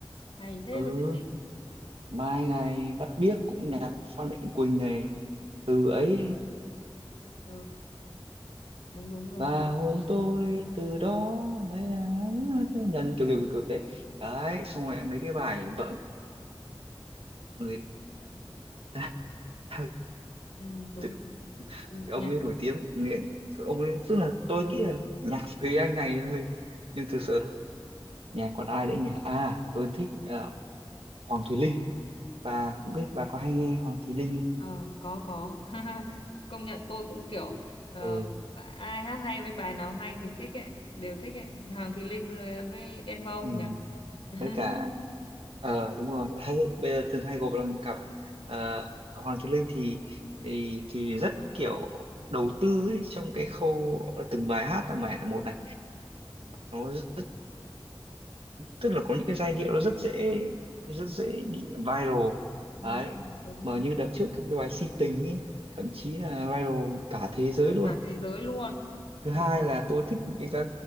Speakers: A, on the left (about 80°); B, on the right (about 85°).
A: hay thế
B: Ừ,
A: cơ chứ
B: Mai này Bắt Biếc cũng nhạc của Phan Mạnh Quỳnh này từ ấy
A: ừ. đúng đúng rồi
B: và
A: ừ,
B: hôn tôi
A: ừ, ừ,
B: từ đó đấy là nhân kiểu kiểu kiểu kiểu thế đấy xong rồi mấy cái bài vợ người ta <laughs>
A: ừ, đúng
B: từ
A: rồi.
B: ông
A: Nhạc
B: ấy nổi tiếng nghiện ông ấy tức là tôi nghĩ là nhạc Thúy Anh này thôi nhưng thực sự nhạc còn ai nữa nhỉ à tôi thích ờ, Hoàng Thùy Linh bà biết bà có hay nghe Hoàng Thùy Linh không
A: Ờ, có có <laughs> công nhận tôi cũng kiểu ờ,
B: ừ,
A: ai hát hay với bài nào hay thì thích ấy đều thích ấy Hoàng Thùy Linh ờ, với Đen Vâu
B: ừ
A: nhỉ <laughs>
B: với cả ờ đúng rồi đấy bây giờ thường hay gộp là một cặp Ờ, Hoàng Thùy Linh thì, thì thì rất kiểu đầu tư ấy, trong cái khâu ờ, từng bài hát là bài là một này nó rất tức là có những cái giai điệu nó rất dễ rất dễ bị viral
A: ừ,
B: đấy
A: đúng
B: mà
A: rồi
B: như đợt trước cái bài Si Tình ấy thậm chí là viral cả thế giới
A: Ra
B: luôn
A: cả thế giới luôn
B: thứ
A: Đỉnh.
B: hai là tôi thích cái ca